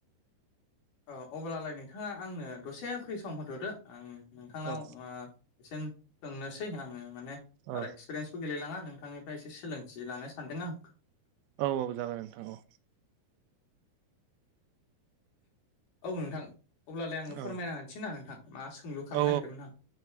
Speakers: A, on the left; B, on the right.
A: अ अब्लालाय नोंथाङा आंनो दसे फ्रि सम होथ'दो आं नोंथांनाव
B: औ
A: आ एसेन सोंनोसै आङो माने बारा
B: औ
A: एक्सपिरियेन्सबो गैलायलाङा नोंथांनिफ्राय एसे सोलोंथि लानो सानदों आं।
B: औ औ जागोन नोंथां औ।
A: औ नोंथां अब्लालाय आङो
B: औ
A: फोरमायना होनिसै ना नोंथां मा सोंलु खामनो
B: औ
A: नागिरदोंमोन आं।